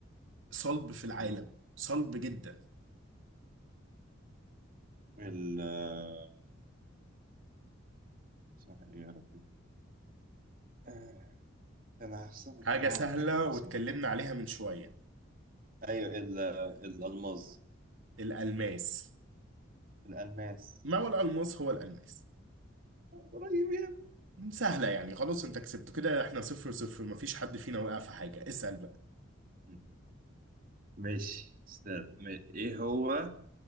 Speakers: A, on the right; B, on the right.
A: صلب في العالم
B: مم.
A: صلب جدا
B: ال آه، اسمها ايه يا ربي آه، انا هستنى
A: حاجة
B: انا
A: سهلة
B: أنا متاكد إن في
A: واتكلمنا
B: اسمها
A: عليها من شوية
B: ايوه ال- آه، الالماس
A: الألماس
B: الالماس
A: ما هو الألماس هو الألماس
B: قريب يعني
A: سهلة يعني خلاص أنت كسبت كده إحنا صفر صفر مفيش حد فينا وقع في حاجة اسأل بقى
B: مم. ماشي استاذ ما- ايه هو